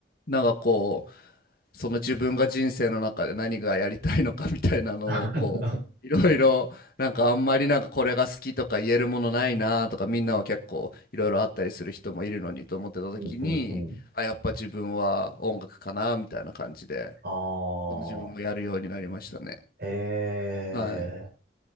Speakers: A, on the left; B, on the right.
A: なんかこう、その自分が人生の中で何がやりたいのかみたいなのをこういろいろなんかあんまりなんかこれが好きとか言えるものないなとかみんなは結構いろいろあったりする人もいるのにと思ってた時にあやっぱ自分は音楽かなみたいな感じで
B: <laughs> うんうんうん。ああ、
A: 自分もやるようになりましたね
B: ええ
A: はい